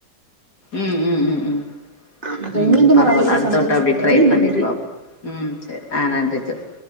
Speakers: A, on the left (about 60°); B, on the right (about 25°).
A: ம் ம் ம் ம்
B: ஆமா தோழி
A: ம்
B: மீண்டும்
A: பரவால்ல
B: ஒரு அழைப்பில்
A: அடுத்த
B: சந்திக்கலாம்
A: வட்ட அப்டி
B: தோழி
A: ட்ரை பண்ணி
B: நன்றி
A: பாப்போ ம் சேரி ஆ நன்றி தோழி